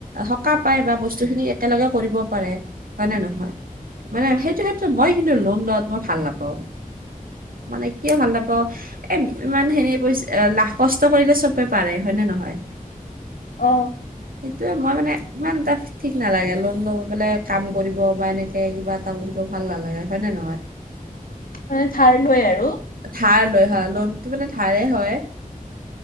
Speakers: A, on the right (about 75°); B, on the left (about 75°).
A: সকাহ পাই বা বস্তু বস্তু খিনি একেলগে কৰিব পাৰে, হয় নে নহয়? মানে সেইটো ক্ষেত্ৰত মই কিন্তু লোন লোৱা তো মই ভাল নাপাওঁ। মানে কিয় ভাল নাপাওঁ, এ ইমান সেনে পইা লাখ কষ্ট কৰিলে চবে পাৰে হয় নে নহয়।
B: অ।
A: সেইটোয়ে মই মানে ইমান তাৰ ঠিক নালাগে লোন লৈ পেলাই কাম কৰিব বা এনেকৈ কিবা এটা কৰিব ভাল নালাগে হয়নে নহয়।
B: মানে ধাৰলৈ আৰু।
A: ধাৰ লৈ হয়, লোনটো মানে ধাৰে হয়।